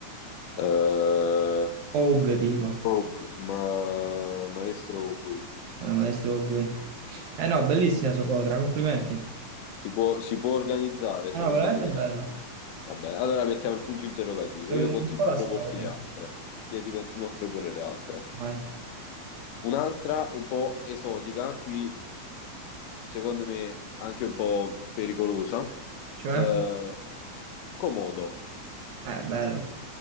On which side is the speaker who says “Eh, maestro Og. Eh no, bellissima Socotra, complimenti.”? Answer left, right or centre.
Right